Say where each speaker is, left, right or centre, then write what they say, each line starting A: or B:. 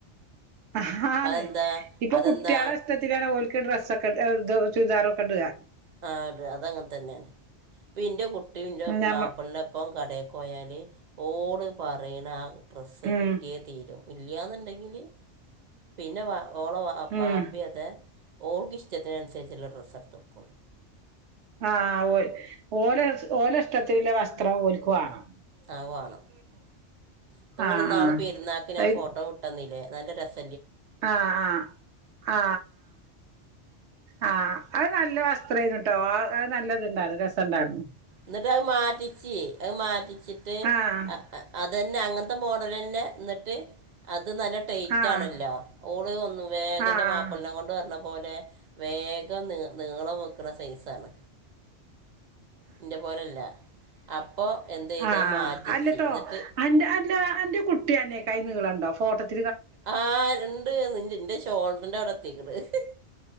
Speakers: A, on the right; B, on the right.
A: ആ അതെ
B: അതെന്താ
A: ഇപ്പൊ
B: അതെന്താ
A: കുട്ടികളെ ഇഷ്ടത്തിലാണ് ഓൽക്ക് ഡ്രസ്സൊക്കെ ഏഹ് ഇത് ചുരിദാറൊക്കെ ഇടാ
B: ആ അ അതങ്ങനെ തന്നെയാണ് ഇപ്പ ഇന്റെ കുട്ടിയും ഇന്റെ
A: ഞമ്മ
B: മാപ്പിളിന്റെപ്പം കടയൊക്ക പോയാല് ഓള് പറയണ ആ ഡ്രസ്സ്
A: ഉം
B: കിട്ടിയേ തീരൂ ഇല്ല്യാന്ന്ണ്ടെങ്കിൽ പിന്നെ വ ഓള വ വാപ്പിയതേ
A: ഉം
B: ഓൾക്ക് ഇഷ്ടത്തിനനുസരിച്ചുള്ള ഡ്രസ്സാ ഇട്ത്ത് കൊടുക്കോൻ
A: ആഹ് ഓ ഓല ഓല ഇഷ്ടത്തില്ള്ള വസ്ത്രം ഓൽക്കുവാണം.
B: ആ അഹ് വാണം. ഇപ്പങ്ങള്
A: ആഹ്
B: ഇന്നാള്
A: ആഹ്
B: പെരുന്നാക്ക് ഞാൻ
A: അത്
B: ഫോട്ടോ വിട്ടന്നില്ലേ നല്ല രസ
A: ആഹ് ആഹ് ആ ആ. അത് നല്ല വസ് ത്രേന്നുട്ടോ ആ അത് നല്ലത്ണ്ടായിരുന്നു. രസംണ്ടായിരുന്നു.
B: എന്നിട്ട് അത് മാറ്റിച്ച് അത് മാറ്റിച്ചിട്ട്
A: ആഹ്
B: അത ന്നെ അങ്ങനത്തെ മോഡലന്നെ എന്നിട്ട് അ ത് നല്ല ട്ടയ്റ്റാണല്ലോ.
A: ആഹ്
B: ഓള് ഒന്നും വേഗന്റെ
A: ആഹ്
B: മാപ്പ്ളനെ കൊണ്ട് പർന പോലെ വേഗം നി നീളം വെക്ക്ണ സൈസാണ്. ഇന്റെ പോലെല്ല. അപ്പം എന്ത യ്ത്
A: ആഹ്
B: അത് മാറ്റിച്ച്
A: അല്ലട്ടോ
B: ഇന്നട്ട്
A: അന്റെ അല്ല അന്റെ കുട്ടി അന്നെക്കായി നീളണ്ടോ? ഫോട്ടത്തി
B: ആ ഇണ്ട് നി ഇന്റെ ഷോൾഡറിന്റെ അവ്ട ത്തിക്ക് ണ്.